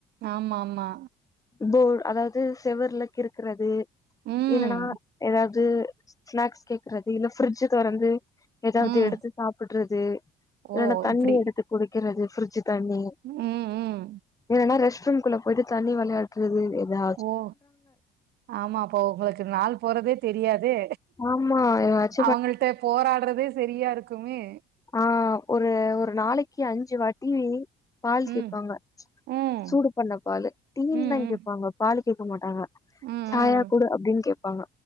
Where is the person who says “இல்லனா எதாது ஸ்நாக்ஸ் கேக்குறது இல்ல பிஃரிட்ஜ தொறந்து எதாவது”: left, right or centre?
Left